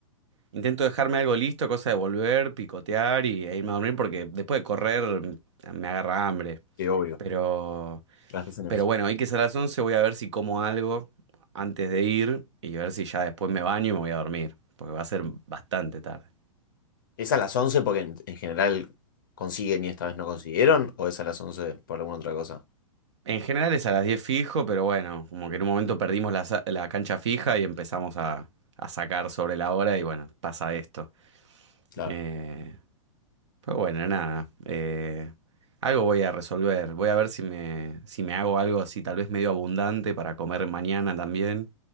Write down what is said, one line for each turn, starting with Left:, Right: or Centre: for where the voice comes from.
Right: intento dejarme algo listo, cosa de volver, picotear y, e irme a dormir, porque después de correr mm, me agarra hambre.
Left: Que obvio,
Right: Pero...
Left: gastas energía.
Right: Pero bueno, hoy que es a las 11 voy a ver si como algo antes de ir y ver si ya después me baño y me voy a dormir, porque va a ser bastante tarde.
Left: ¿Es a las 11 porque en, en general consiguen y esta vez no consiguieron? ¿O es a las 11 por alguna otra cosa?
Right: En general es a las 10 fijo, pero bueno, como que en un momento perdimos la, sa- la cancha fija y empezamos a, a sacar sobre la hora y bueno, pasa esto.
Left: Claro.
Right: Eh, pero bueno, nada, eh, algo voy a resolver. Voy a ver si me, si me hago algo así, tal vez medio abundante para comer mañana también,